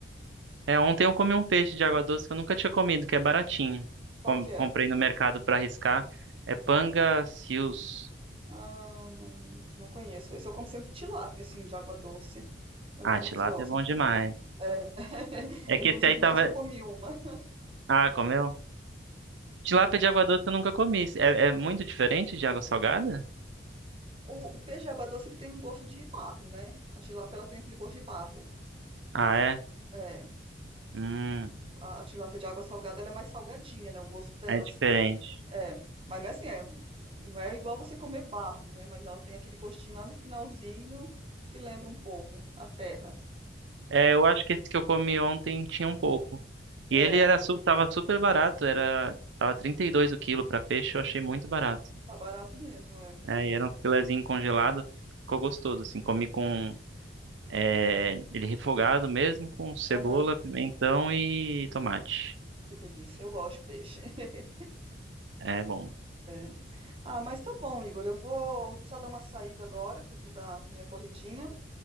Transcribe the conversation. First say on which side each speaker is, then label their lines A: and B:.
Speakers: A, on the right; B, on the right.
A: É, ontem eu comi um peixe de água doce que eu nunca tinha comido, que é baratinho.
B: Qual
A: Com-
B: que é?
A: comprei no mercado pra arriscar. É panga seals.
B: Ah, não, não conheço. Esse eu como sempre tilápia, assim, de água doce. É
A: Ah,
B: o que eu
A: tilápia
B: mais gosto.
A: é bom demais.
B: É. <laughs>
A: É
B: Inclusive,
A: que esse aí tava.
B: ontem eu comi uma.
A: Ah, comeu?
B: Sim.
A: Tilápia de água doce eu nunca comi. É, é muito diferente de água salgada?
B: O, o peixe de água doce ele tem um gosto de barro, né? A tilápia ela tem aquele gosto de barro.
A: Ah, é?
B: É,
A: Hum,
B: a, a tilápia de água salgada ela é mais salgadinha, né? O gosto dela,
A: é diferente.
B: assim. É, mas não é assim, é, não é igual você comer barro, né? Mas ela tem aquele gostinho lá no finalzinho que lembra um pouco a terra.
A: É, eu acho que esse que eu comi ontem tinha um pouco.
B: É,
A: E ele era, su- tava super barato, era, tava 32 o quilo pra peixe, eu achei muito barato.
B: tá barato mesmo, é.
A: É, e era um filezinho congelado, ficou gostoso, assim, comi com, é, ele refogado mesmo, com cebola,
B: Aham,
A: pimentão e tomate.
B: que delícia, eu gosto de peixe. <laughs>
A: É bom.
B: É. Ah, mas tá bom, Igor, eu vou precisar dar uma saída agora, que eu vou dar minha corridinha.